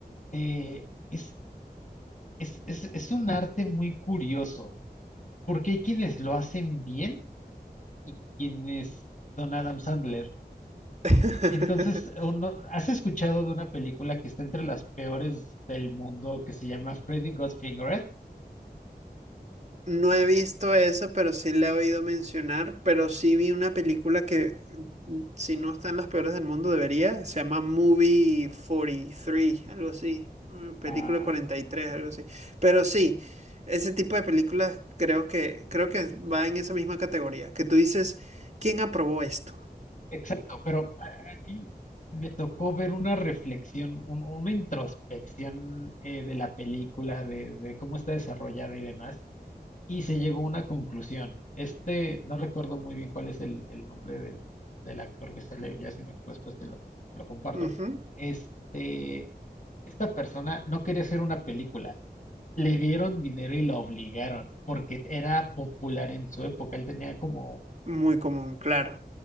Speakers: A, on the left (about 50°); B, on the right (about 45°).
A: eh, es, es, es, es un arte muy curioso, porque hay quienes lo hacen bien y quienes son Adam Sandler.
B: <laughs>
A: Entonces, uno, ¿has escuchado de una película que está entre las peores del mundo que se llama Freddy Got Fingered?
B: No he visto esa, pero sí la he oído mencionar, pero sí vi una película que, mm, si no está en las peores del mundo, debería. Se llama Movie 43, algo así. mm, Película
A: Ajá.
B: 43, algo así. Pero sí, ese tipo de películas creo que, creo que va en esa misma categoría. Que tú dices, ¿quién aprobó esto?
A: Exacto, pero a- aquí me tocó ver una reflexión, un- una introspección eh, de la película, de, de cómo está desarrollada y demás, y se llegó a una conclusión. Este, no recuerdo muy bien cuál es el, el nombre del, del actor que sale, ya si me acuerdo después te lo, te lo comparto.
B: Ujú,
A: Este, esta persona no quería hacer una película. Le dieron dinero y lo obligaron, porque era popular en su época. Él tenía como
B: Muy común, claro.